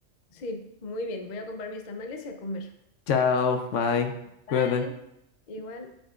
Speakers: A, on the left; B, on the left.
A: Sí, muy bien. Voy a comprar mis tamales y a comer.
B: Chao, bye,
A: Bye.
B: cuídate.
A: Igual.